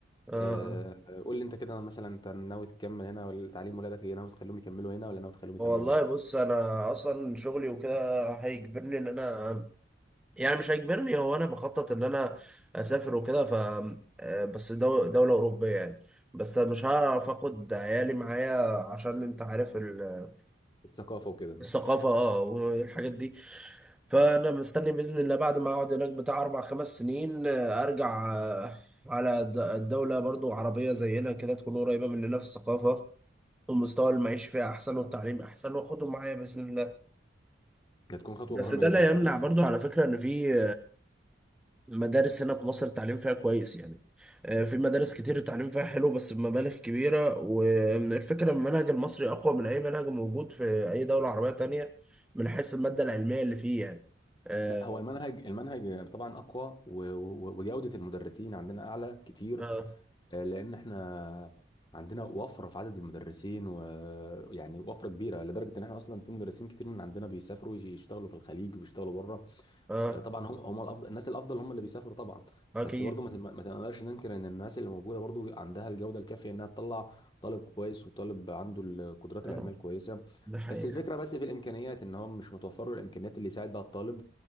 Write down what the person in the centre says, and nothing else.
اه آه.
والله
بص انا اصلا شغلي وكده هيجبرني ان انا يعني مش هيجبرني هو انا بخطط ان انا اسافر وكده ف آه، بس دو- دولة أوروبية يعني بس مش هعرف اخد عيالي معايا عشان انت عارف ال-
الثقافة اه والحاجات دي فانا مستني بإذن الله بعد ما اقعد هناك بتاع اربع خمس سنين آه، ارجع آه، على د- الدولة برضو عربية زينا كده تكون قريبة مننا في الثقافة ومستوى المعيش فيها احسن والتعليم احسن واخدهم معايا بإذن الله
بس
ده
لا
يمنع برضو على فكرة ان في المدارس هنا في مصر التعليم فيها كويس يعني آه، في مدارس كتير التعليم فيها حلو بس بمبالغ كبيرة والفكرة إن المنهج المصري أقوى من أي منهج موجود في أي دولة عربية تانية من حيث المادة العلمية اللي فيه يعني آه
آه
آه
آه، أكيد
آه
ده حقيقة